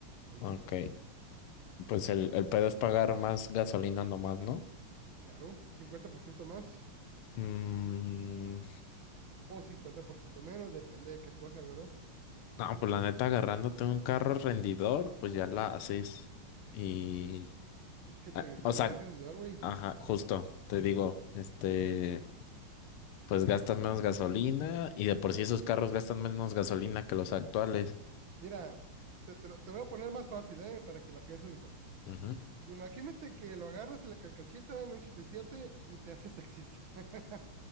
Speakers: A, on the right; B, on the left.
A: Ahí
B: Ok,
A: sí no.
B: pues el, el pedo es pagar más gasolina nomás, ¿no?
A: Claro, 50% más
B: Mm,
A: o 50% menos, depende de qué escojas, ¿verdad?
B: no, pues la neta, agarrándote un carro rendidor, pues ya la haces. Y,
A: Es que Toyota
B: ah, o
A: también
B: sea,
A: es rendidor, güey.
B: ajá, justo, te digo, este, pues gastas menos gasolina y de por sí esos carros gastan menos gasolina que los actuales.
A: Mira, te, te lo- te voy a poner más fácil, ¿eh? Para que la pienses mejor.
B: Ujú,
A: Imagínate que lo agarras en la carcachita en un 87 y siete y te haces taxista. <laughs>